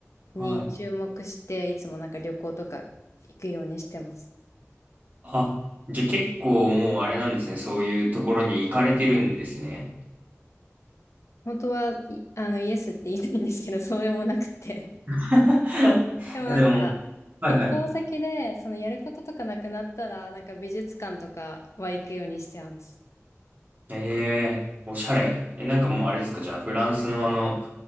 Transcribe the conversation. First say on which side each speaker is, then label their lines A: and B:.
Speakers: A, on the left; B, on the right.
A: に注目して、
B: はい。
A: いつもなんか旅行とか行くようにしてます。
B: あ、じゃあ結構もうあれなんですね。そういうところに行かれてるんですね。
A: 本当は、いあの、イエスって言いたいんですけど、そうでもなくて。
B: <laughs> いやでも、
A: <laughs> でもなんか、
B: はいはい。
A: 旅行先で、そのやることとかなくなったら、なんか美術館とかは行くようにしてます。
B: ええおしゃれ。え、なんかもうあれですか、じゃあ、フランスのあの、